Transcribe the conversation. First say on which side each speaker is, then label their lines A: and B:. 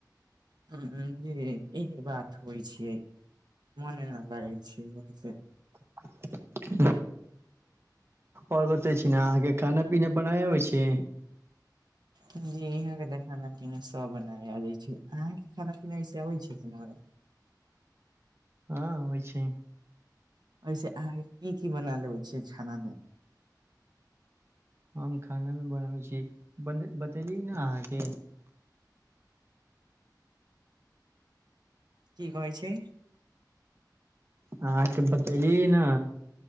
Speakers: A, on the right; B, on the right.
A: हां जी इहे बात होय छै, मने ना लगै छै ओहि से
B: <unintelligible> और बताई छी नै अहाँके खाना-पीना बनाय आबै छी।
A: जी इहाँ के तऽ खाना-पीना सब बनाय आबै छै, अहाँके खाना-पीना ऐसे आबै छै बनाबै।
B: हां होय छै।
A: ऐसे अहाँ के की-की बना लेबै छियै खाना मे।
B: हम खाना मे बनाबै छी बन बतेली नै अहाँके।
A: की कहै छै।
B: अहां के बतैेली ना।